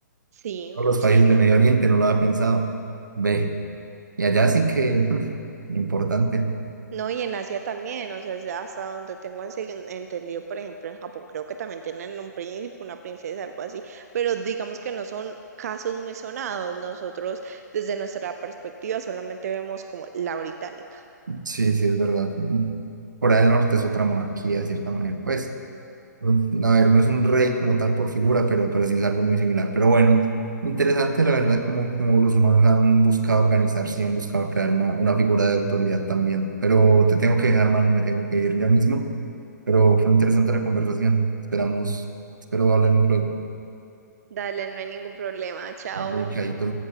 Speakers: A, on the right (about 55°); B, on the right (about 80°).
A: Sí,
B: Todos los
A: sí.
B: países del Medio Oriente no lo había pensado. Ve, y allá sí que <laughs> importante.
A: No, y en Asia también, o sea, es hasta donde tengo ense- entendido, por ejemplo, en Japón creo que también tienen un príncipe, una princesa, algo así, pero digamos que no son casos muy sonados. Nosotros, desde nuestra perspectiva, solamente vemos como la británica.
B: Sí, sí, es verdad. Corea del Norte es otra monarquía, de cierta manera, pues. un- A ver, no es un rey como tal por figura, pero, pero sí es algo muy similar. Pero bueno, interesante la verdad como, como los humanos han buscado organizarse y han buscado crear una, una figura de autoridad también. Pero te tengo que dejar, mano, me tengo que ir ya mismo. Pero fue interesante la conversación. Esperamos, espero hablemos luego.
A: Dale, no hay ningún problema. Chao.
B: Dale, chaito.